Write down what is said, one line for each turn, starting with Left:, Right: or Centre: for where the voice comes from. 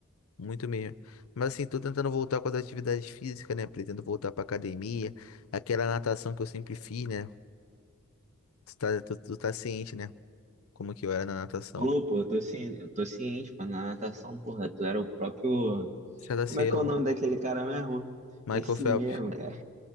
Left: Muito mesmo. Mas assim, tô tentando voltar com as atividades físicas, né? Pretendo voltar pra academia. Aquela natação que eu sempre fiz, né? Tu tá, tu, tu tá ciente, né? Como que eu era na natação.
Right: Ô, pô, eu tô, ci- eu tô ciente, pô, na natação, porra, tu era o próprio
Left: César
Right: Como
Left: Cielo,
Right: é que é o nome daquele cara mesmo?
Left: Michael
Right: Esse
Left: Phelps.
Right: mesmo, cara.